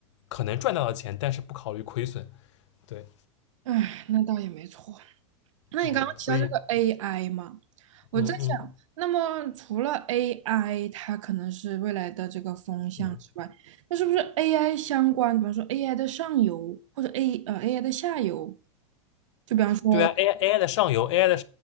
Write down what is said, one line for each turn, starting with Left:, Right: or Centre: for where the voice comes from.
Left: 可能赚到的钱，但是不考虑亏损，对，
Right: 唉，那倒也没错。那你刚刚提到这个
Left: 嗯，所以，
Right: AI 嘛，我在想，
Left: 嗯嗯
Right: 那么除了 AI，它可能是未来的这个风向之外，
Left: 嗯，
Right: 那是不是 AI 相关，比方说 AI 的上游或者 A 呃 AI 的下游，就比方说，
Left: 对啊，AI AI 的上游，AI 的